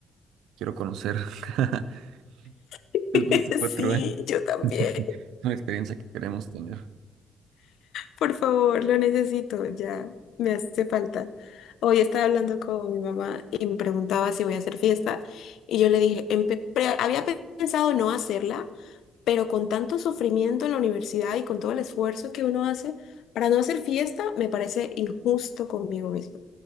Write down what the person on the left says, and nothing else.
<laughs>
sí,
yo también.
Por favor, lo necesito, ya. Me hace falta. Hoy estaba hablando con mi mamá y me preguntaba si voy a hacer fiesta. Y yo le dije, empe- pre- había pensado no hacerla, pero con tanto sufrimiento en la universidad y con todo el esfuerzo que uno hace para no hacer fiesta, me parece injusto conmigo mismo.